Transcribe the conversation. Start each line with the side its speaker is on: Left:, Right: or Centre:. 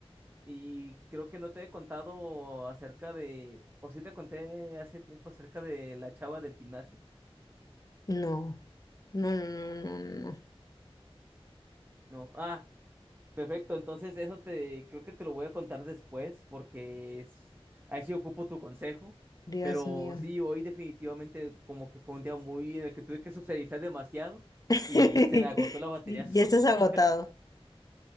Right: y creo que no te he contado acerca de, o sí te conté hace tiempo acerca de la chava del gimnasio,
Left: No, no, no, no, no, no, no.
Right: ¿no? Ah. Perfecto, entonces eso te creo que te lo voy a contar después porque es, ahí sí ocupo tu consejo,
Left: Dios
Right: pero
Left: mío.
Right: sí, hoy definitivamente como que fue un día muy en el que tuve que socializar demasiado
Left: <laughs>
Right: y se me agotó la batería
Left: Y-
Right: <laughs> social.
Left: Ya estás agotado.